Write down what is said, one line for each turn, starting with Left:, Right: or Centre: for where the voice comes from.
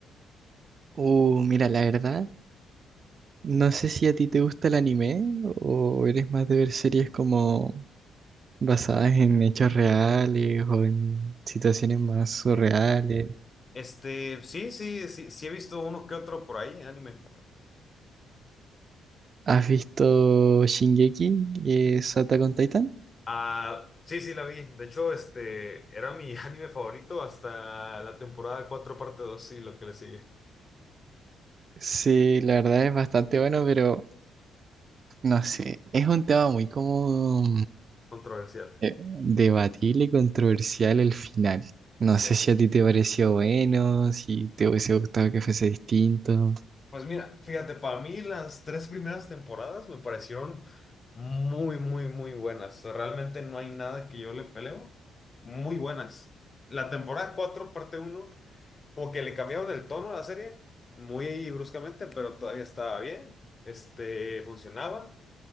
Right: Uh, mira, la verdad, no sé si a ti te gusta el anime o eres más de ver series como basadas en hechos reales o en situaciones más surreales.
Left: Este, sí, sí, sí, sí he visto uno que otro por ahí, anime.
Right: ¿Has visto Shingeki y Attack on Titan?
Left: Ah, sí, sí, la vi. De hecho, este, era mi <laughs> anime favorito hasta la temporada 4 parte dos sí, lo que le sigue.
Right: Sí, la verdad es bastante bueno, pero no sé, es un tema muy como
Left: Controversial.
Right: Eh, Debatible y controversial el final. No
Left: Sí.
Right: sé si a ti te pareció bueno, si te hubiese gustado que fuese distinto.
Left: Pues mira, fíjate, para mí las tres primeras temporadas me parecieron muy, muy, muy buenas. O sea, Realmente no hay nada que yo le peleo. Muy buenas. La temporada 4 parte uno como que le cambiaron el tono a la serie muy bruscamente, pero todavía estaba bien. Este, funcionaba.